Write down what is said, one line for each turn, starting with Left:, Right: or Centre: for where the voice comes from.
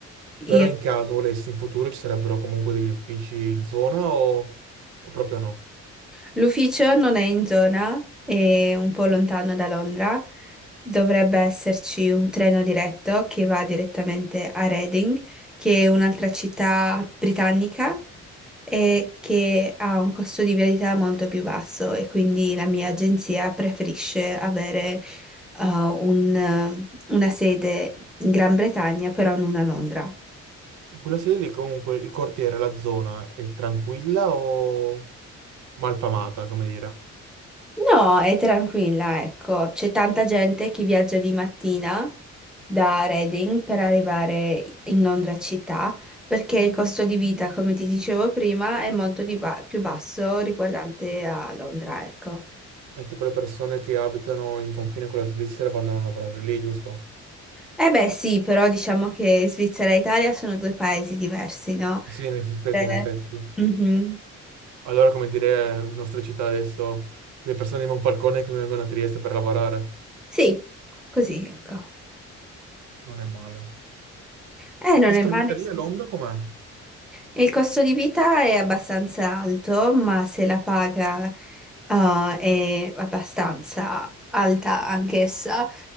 Centre: io.
Right: Però in caso volessi in futuro ci sarebbero comunque degli uffici in zona o, o proprio no?
Centre: L'ufficio non è in zona, è un po' lontano da Londra. Dovrebbe esserci un treno diretto che va direttamente a Reading, che è un'altra città britannica e che ha un costo di viabilità molto più basso e quindi la mia agenzia preferisce avere eh, un- una sede in Gran Bretagna, però non a Londra.
Right: Quella sede lì comunque il quartiere, la zona è tranquilla o malfamata, come dire?
Centre: No, è tranquilla, ecco. C'è tanta gente che viaggia di mattina da Reading per arrivare in Londra città, perché il costo di vita, come ti dicevo prima, è molto di ba- più basso riguardante a Londra, ecco.
Right: È tipo le persone che abitano in confine con la Svizzera vanno a lavorare lì, giusto?
Centre: Eh beh, sì, però diciamo che Svizzera e Italia sono due paesi diversi, no?
Right: Sì, in effetti,
Centre: Eh,
Right: in effetti.
Centre: mhm.
Right: Allora, come dire, in nostra città adesso, le persone di Monfalcone che vengono a Trieste per lavorare.
Centre: Sì, così, ecco.
Right: Non è male.
Centre: Eh, non
Right: Costruita
Centre: è male
Right: lì a Londra com'è?
Centre: Il costo di vita è abbastanza alto, ma se la paga, uh, è abbastanza alta anch'essa,